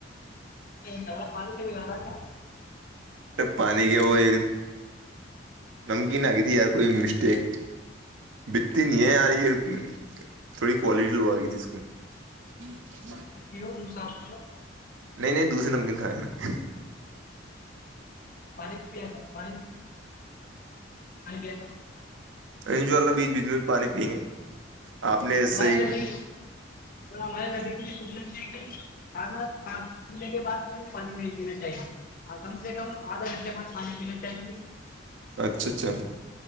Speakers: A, on the left; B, on the right.
A: گھر میں پانی سےی لا کیا
B: ارے پانی کیا وہ د نمکین آ گئی تھی یار ائی مسٹیک بتی نہیں ہے یار یہ تھوڑی کوالٹی لو آ گئی تھی اس کو ہوں ج <unintelligible>
A: پانی انصاف کرو
B: نہیں نہیں دوسے نمکین کھائے ہیں نا
A: پانی پ نا پانی پانی پ
B: ان شاء اللہ بیچ بیچ میں بھی پانی پئ گے آپ نے ایسے
A: بھائی
B: ہی
A: میںب بھی اور ہمارے نبی کی سنت ہے کہ کھانا کھا پینے کے بعد ت پانی نہیں پینا چاہیں گے اور کم سے کم آدھا گھنٹے بعد پانی پینا چاہیں گے
B: اچھا اچھا